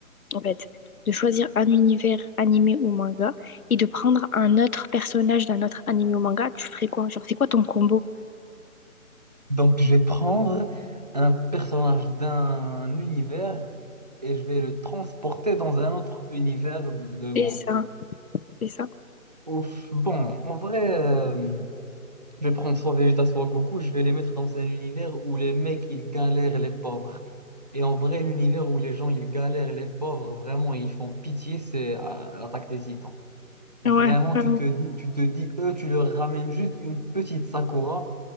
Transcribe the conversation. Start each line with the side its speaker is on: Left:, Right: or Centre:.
Left: en fait, de choisir un univers animé ou manga et de prendre un autre personnage d'un autre animé ou manga, tu ferais quoi? Genre, c'est quoi ton combo?
Right: Donc, je vais prendre un personnage d'un univers et je vais le transporter dans un autre univers de de monde.
Left: C'est ça, c'est ça.
Right: Ouf, bon, en vrai. euh, Je vais prendre soit Vegeta, soit Goku, je vais les mettre dans un univers où les mecs, ils galèrent les pauvres. Et en vrai, l'univers où les gens, ils galèrent les pauvres, vraiment, ils font pitié, c'est euh, l'attaque des Titans. Vraiment,
Left: Ouais, ouais,
Right: tu te dis, tu te dis, eux, tu leur ramènes juste une petite Sakura,